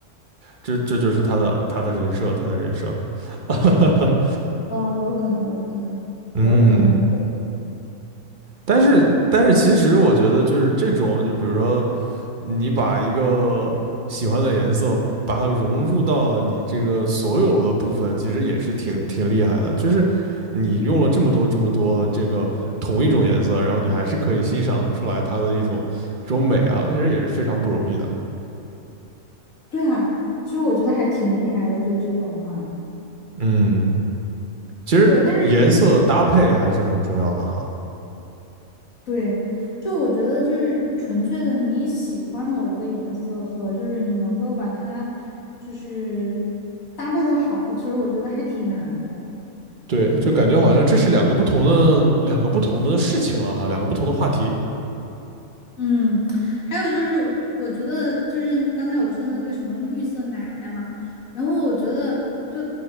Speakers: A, on the right; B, on the left.
A: 这这就是他的他的人设，他的人设，<laughs>
B: 嗯、有可能，有可能，
A: 嗯，
B: 有可能，
A: 但是但是其实我觉得就是这种，就比如说你把一个喜欢的颜色，把它融入到了你这个所有的部分，其实也是挺挺厉害的。就是你用了这么多这么多的这个同一种颜色，然后你还是可以欣赏得出来它的一种这种美啊，其实也是非常不容易的。
B: 对啊，所以我觉得还挺厉害的，就是这种的话，
A: 嗯，其实颜色搭配还是很重要的哈。
B: 对，但是对，就我觉得就是纯粹的你喜欢某一个颜色和就是你能够把它就是搭配的好，其实我觉得还挺难的。
A: 对，就感觉好像这是两个不同的两个不同的事情了哈，两个不同的话题。
B: 嗯，还有就是，我觉得就是刚才我说的那个什么绿色奶奶嘛，然后我觉得就